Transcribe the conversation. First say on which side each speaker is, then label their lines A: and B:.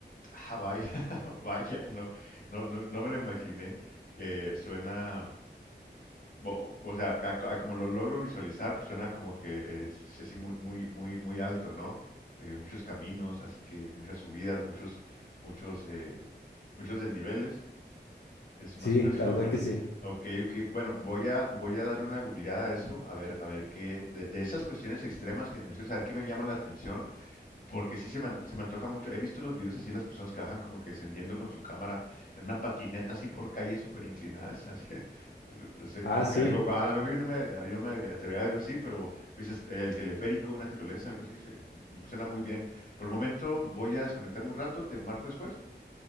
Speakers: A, on the left; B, on the left.
A: Ah, vaya, <laughs> vaya, no, no, no, no me lo imaginé. Eh, suena, bo- o sea, a co- a como lo logro visualizar, pues suena como que es así muy, muy, muy, muy alto, ¿no? Eh, muchos caminos, así que muchas subidas, muchos, muchos, eh, muchos desniveles. Es más
B: Sí,
A: o menos
B: la
A: como-
B: verdad
A: <laughs>
B: que sí.
A: Ok, ok. Bueno, voy a, voy a darle una googleada a eso, a ver, a ver qué, de, de esas cuestiones extremas que mencionas, a ver qué me llama la atención, porque sí se me, an- se me antoja mucho. He visto los videos así, las personas que bajan como que descendiendo con su cámara en una patineta así por calles súper inclinadas, se hace- <laughs> no sé,
B: Ah,
A: como que
B: sí.
A: algo guau. A lo mejor
B: <laughs>
A: yo no me, yo no me atrevería a algo así, pero dices, el teleférico, una tirolesa, algo así, se- suena muy bien. Por el momento voy a desconectarme un rato, te marco después.